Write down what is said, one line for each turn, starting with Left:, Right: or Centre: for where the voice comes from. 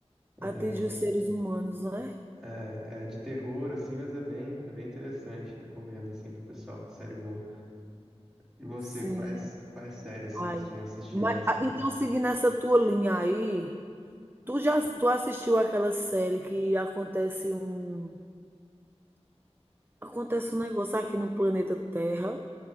Right: atinge
Centre: É,
Right: os seres humanos, né?
Centre: é, é de terror, assim, mas é bem, é bem interessante. Recomendo, assim, pro pessoal. Série boa. E você,
Right: Sim.
Centre: quais, quais séries você
Right: Ai.
Centre: costuma assistir
Right: Mas,
Centre: mais,
Right: ah,
Centre: Raquel?
Right: então, seguindo essa tua linha aí, tu já tu assistiu aquela série que acontece um acontece um negócio aqui no planeta Terra